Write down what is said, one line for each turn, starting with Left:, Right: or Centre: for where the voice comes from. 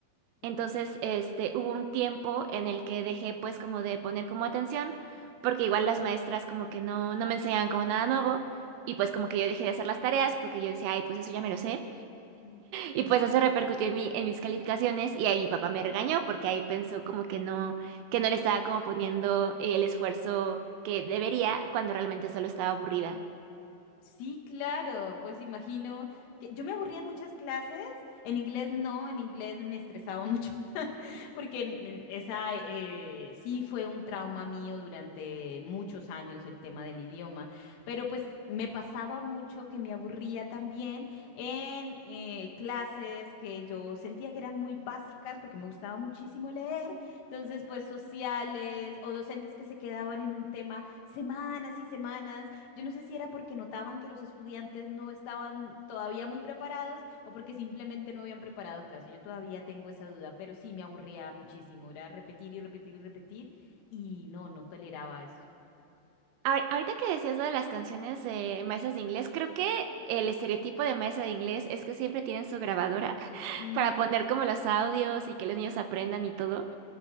Left: claro.
Right: Entonces, este, hubo un tiempo en el que dejé pues como de poner como atención, porque igual las maestras como que no, no me enseñaban como nada nuevo, y pues como que yo dejé de hacer las tareas, porque yo decía, ay, pues eso ya me lo sé,
Left: Mm,
Right: y
Left: mm.
Right: pues eso repercutió en mi, en mis calificaciones, y ahí mi papá me regañó, porque ahí pensó como que no, que no le estaba como poniendo el esfuerzo que debería, cuando realmente solo estaba aburrida.
Left: Sí, claro, pues imagino que yo me aburría en muchas clases, en inglés no, en inglés me estresaba mucho, <laughs> porque en- en esa eh, sí fue un trauma mío durante muchos años el tema del idioma, pero pues me pasaba mucho que me aburría también en eh, clases que yo sentía que eran muy básicas porque me gustaba muchísimo leer, entonces pues sociales o docentes que se quedaban en un tema semanas y semanas. Yo no sé si era porque notaban que los estudiantes no estaban todavía muy preparados o porque simplemente no habían preparado clase. Yo todavía tengo esa duda, pero sí me aburría muchísimo. Era repetir y repetir y repetir y no, no toleraba eso.
Right: Ahor- Ahorita que decías lo de las canciones de maestras de inglés, creo que el estereotipo de maestra de inglés es que siempre tienen su grabadora
Left: Ujú,
Right: para poner como los audios y que los niños aprendan y todo.